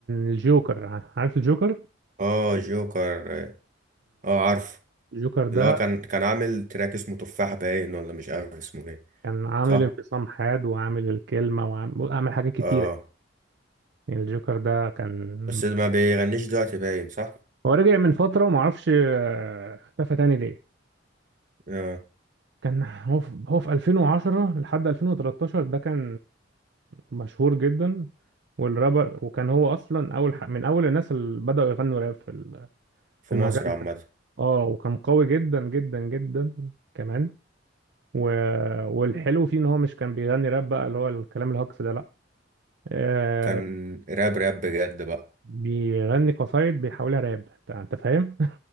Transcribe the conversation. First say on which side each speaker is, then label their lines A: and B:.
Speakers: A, on the right; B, on the right.
A: الجوكر عارف الجوكر؟
B: آه جوكر آه عارف
A: الجوكر ده
B: اللي هو كان كان عامل تراك اسمه تفاح باين ولا مش عارف اسمه ايه
A: كان عامل
B: صح؟
A: انفصام حاد وعامل الكلمة وعامل عامل حاجات كتيرة
B: آه
A: يعني الجوكر ده كان
B: بس ما بيغنيش دلوقتي باين صح؟
A: هو رجع من فترة ومعرفش آه، اختفى تاني ليه
B: آه
A: كان هو في هو في 2010 لحد 2013 ده كان مشهور جدا والرابر وكان هو أصلا أول ح- من أول الناس اللي بدأوا يغنوا راب في ال-
B: في
A: في المجال
B: مصر عامة
A: ده اه وكان قوي جدا جدا جدا كمان و... والحلو فيه إن هو مش كان بيغني راب بقى اللي هو الكلام الهجص ده لأ آه،
B: كان راب راب بجد بقى
A: بيغني قصايد بيحولها راب أنت أنت فاهم؟